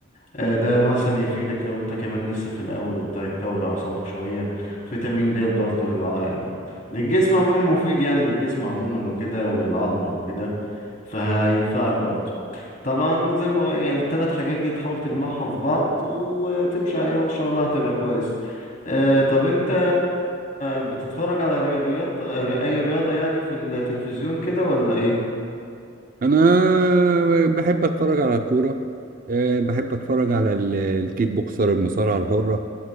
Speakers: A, on the left; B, on the right.
A: آه، ده مثلا يفيدك لو انت كمان لسه في الاول وبتاع يقوي اعصابك شويه فيتامين د برضه للع... للجسم عموما مفيد يعني للجسم عموما وكده وللعظم وكده فهينفعك برضه طبعا زي ما يعني الثلاث حاجات دي تحاول تجمعها في بعض وتمشي عليها وان شاء الله هتبقى كويس آه، طب انت بتتفرج على رياضيات اي رياضه يعني في التلفزيون كده ولا ايه
B: انا بحب اتفرج على الكوره آه، بحب اتفرج على ال- الكيك بوكسر المصارعه الحره